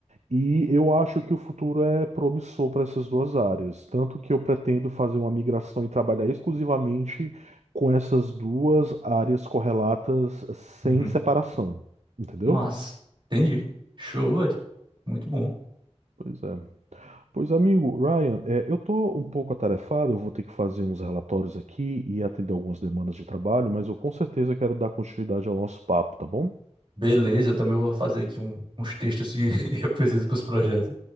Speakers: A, on the right; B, on the right.
A: E eu acho que o futuro é promissor para essas duas áreas, tanto que eu pretendo fazer uma migração e trabalhar exclusivamente com essas duas áreas correlatas sem
B: Uhum.
A: separação, entendeu?
B: Mas, entendi. Show, velho. Muito bom.
A: Pois é. Pois, amigo, Ryan, é, eu tô um pouco atarefado, eu vou ter que fazer uns relatórios aqui e atender algumas demandas de trabalho, mas eu com certeza quero dar continuidade ao nosso papo, tá bom?
B: Beleza, eu também vou fazer aqui um- uns textos que <laughs> eu preciso para os projetos.